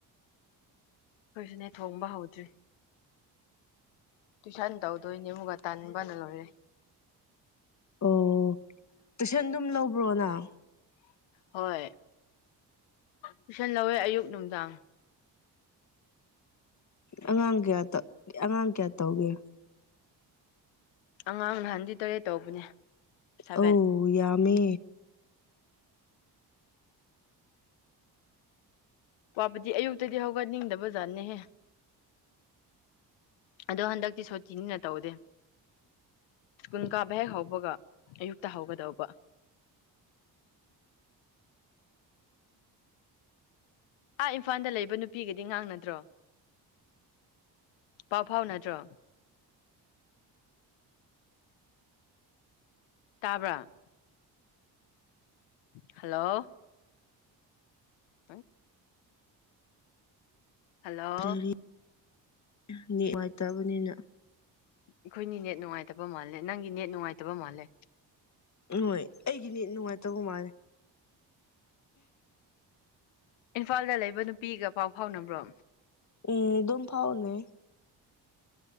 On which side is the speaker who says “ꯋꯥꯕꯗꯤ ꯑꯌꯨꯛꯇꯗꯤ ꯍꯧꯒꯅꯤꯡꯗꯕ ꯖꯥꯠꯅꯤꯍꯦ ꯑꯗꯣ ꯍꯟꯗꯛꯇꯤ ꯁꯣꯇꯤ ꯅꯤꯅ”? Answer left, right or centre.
Left